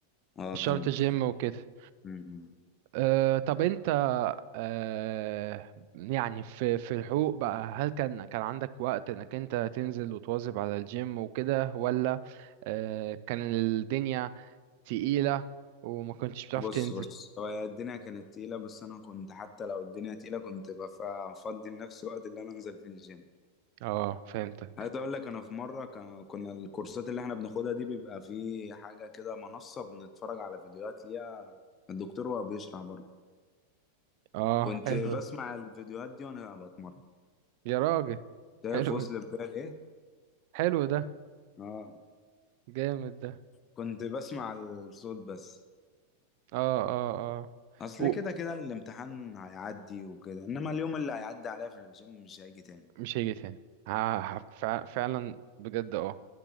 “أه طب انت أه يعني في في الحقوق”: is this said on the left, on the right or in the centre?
Right